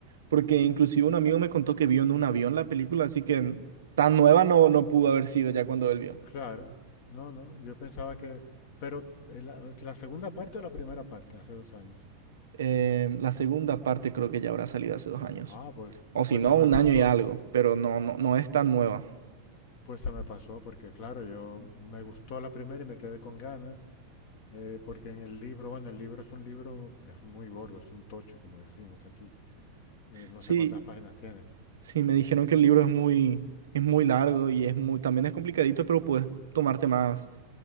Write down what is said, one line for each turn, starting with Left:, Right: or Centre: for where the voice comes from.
Right: Porque inclusive un amigo me contó que vio en un avión la película, así que tan nueva no, no pudo haber sido ya cuando él vio.
Left: Claro, no, no, yo pensaba que... Pero eh, la, la segunda parte o la primera parte, hace dos años.
Right: Em, la segunda parte creo que ya habrá salido hace dos años.
Left: Ah, pues,
Right: O si
Left: pues
Right: no,
Left: se me
Right: un
Left: pasó,
Right: año y algo, pero no, no, no es tan nueva.
Left: pues se me pasó, porque claro, yo me gustó la primera y me quedé con ganas, eh, porque en el libro, bueno, el libro es un libro, es muy gordo, es un tocho, como decimos aquí, eh, no
Right: Sí,
Left: sé cuántas páginas tiene.
Right: sí, me dijeron que el libro es muy, es muy largo y es muy, también es complicadito, pero puedes tomarte más